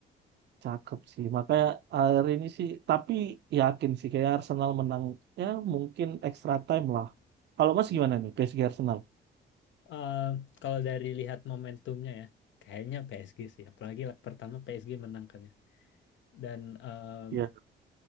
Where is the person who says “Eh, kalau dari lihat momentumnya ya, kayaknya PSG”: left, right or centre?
Left